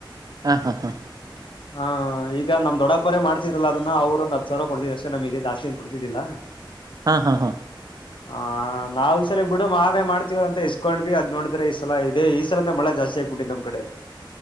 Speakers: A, on the right; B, on the left.
A: ಹಾ ಹಾ ಹಾ
B: ಹಾ ಈಗ ನಮ್ ದೊಡ್ಡಪ್ಪರ ಮಾಡ್ತಿದ್ರಲ್ಲ ಅದನ್ನ ಅವ್ರರುೊಂದ ಹತ್ ಸಾವಿರ ಕೊಡ್ತಿದ್ ಅಷ್ಟೇ ನಮಗೆ ಜಾಸ್ತ ಏನ್ ಕೊಡ್ತಿದ್ದಿಲ್ಲ
A: ಹಾ ಹಾ ಹಾ
B: ಹ ನಾವ್ ಈ ಸಲ ಬಿಡು ಮಾವೇ ಮಾಡ್ತಿವಲ್ ಅಂತ ಇಸ್ಕೊಂಡ್ವಿ ಅದ್ ನೋಡಿದ್ರೆ ಈ ಸಲ ಇದೇ ಈ ಸಲಂದ ಮಳೆ ಜಾಸ್ತಿ ಆಗ್ಬಿಟ್ಟು ನಮ್ಮ್ ಕಡೆ